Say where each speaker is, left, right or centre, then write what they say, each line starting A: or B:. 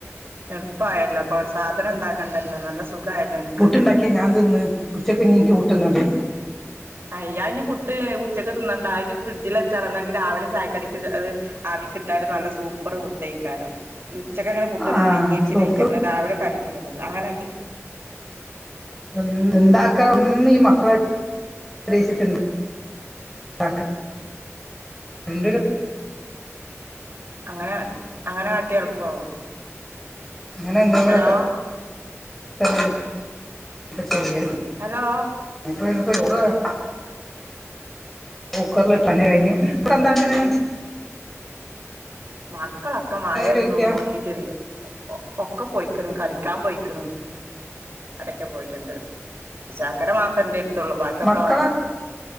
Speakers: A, on the right; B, in the centre.
A: എളുപ്പായല്ലോ അപ്പോ സാധനണ്ടാക്കേണ്ടല്ലോ നല്ല സുഖായല്ലോ അനക്ക്
B: പുട്ടുണ്ടാക്കി ഞാൻ തിന്ന് ഉച്ചക്കിനിൻക്ക് പുട്ടും കടലയും
A: അയ് അയ്ഞി പുട്ട് ഉച്ചക്ക് തിന്നണ്ട അത് ഫ്രഡ്ജിൽ വച്ചാളാ എന്നാെങ്കിൽ രാവിലെ ചായക്കടിക് അത് ആവികിട്ടാല് നല്ല സൂപ്പർ പുട്ടയ്ക്കാരം ഉച്ചക്കങ്ങനെ പുട്ട്ന്നാല്
B: ആഹ്
A: നെഞ്ഞേ യ് രിചിലേക്കാരം
B: സൂപ്പർ
A: രാവിലെ കടീണ്ടാക്കല്ലോ അങ്ങനെട്ടിയോക്കാ
B: ഉം ണ്ടാക്കിയതൊന്നും ഈ മക്കൾ <inaudible>
A: അങ്ങനെ അങ്ങനെ കാട്ടിയാ എളുപ്പാവും
B: അങ്ങനെ എന്തെങ്കിലൊക്കെ
A: ഹലോ
B: <unintelligible> ചെയ്യും
A: ഹലോ
B: <unintelligible> കുക്കറിലിട്ട് തന്നെ കഴിഞ്ഞു അവിടെ എന്താക്ണ്
A: മക്കളൊക്കെ മായാണ്
B: ചോദിക്കാ
A: ന്നൊന്നും നോക്കിട്ടില്ല ഒക്കെ പോയിക്കണ് കളിക്കാൻ പോയിക്കണ് എടക്ക പോയിട്ടുണ്ട് ചക്കര മാത്രം ൻ്റെരിത്ത് ത്തുള്ളൂ ബാക്കിയൊക്കെ
B: മക്കളൊ